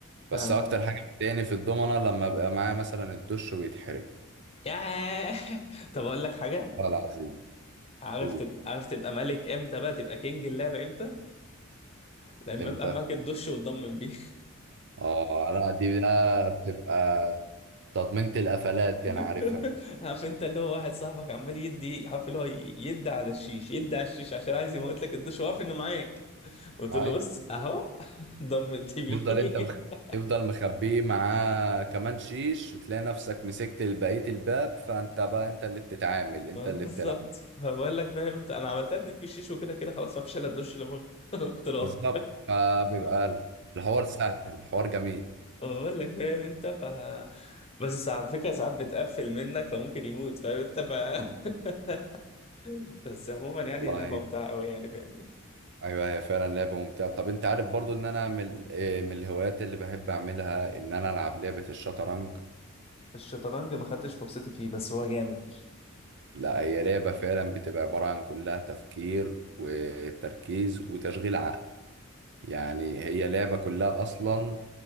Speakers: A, on the left (about 30°); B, on the right (about 55°).
A: فاهم
B: بس اكتر حاجه بتضايقني في الضمنه لما ابقى معايا مثلا الدش ويتحرق
A: ياه <laughs> طب أقول لك حاجة
B: والله العظيم
A: عارف
B: قول
A: تبقى عارف تبقى ملك إمتى بقى تبقى كينج اللعبة إمتى لما
B: امتى
A: أبقى معاك الدش وتضمن بيه
B: اه لا دي بقى بتبقى تضمينة القفلات دي
A: <laughs>
B: انا عارفها
A: عارف انت اللي هو واحد صاحبك عمال يدي عارف اللي هو يدي على الشيش يدي على الشيش عشان عايز يموت لك الدش وعارف انه معاك قلت
B: هاي
A: له بص اهو <laughs> ضمنت بيه
B: تفضل انت
A: <laughs>
B: مخ... تفضل مخبيه معاه كمان شيش وتلاقي نفسك مسكت بقيه الباب فانت بقى انت اللي بتتعامل انت
A: ما
B: اللي
A: بالظبط
B: بتلعب
A: فبقول لك فاهم انت انا عملتها اتنين في الشيش وكده كده خلاص ما فيش الا الدش اللي بره <laughs> قلت له
B: بالظبط
A: اهو
B: فبيبقى الحوار سهل الحوار جميل
A: <laughs> بقول لك فاهم انت ف بس على فكره ساعات بتقفل منك فممكن يموت فاهم انت ف <laughs> بس عموما يعني
B: والله
A: هي لعبه ممتعه قوي يعني فاهمني
B: ايوه هي فعلا لعبه ممتعه طب انت عارف برضو ان انا من ال- آه، من الهوايات اللي بحب اعملها ان انا العب لعبه الشطرنج
A: الشطرنج ما خدتش فرصتي فيه بس هو جامد
B: لا هي لعبه فعلا بتبقى عباره عن كلها تفكير وتركيز وتشغيل عقل يعني هي لعبه كلها اصلا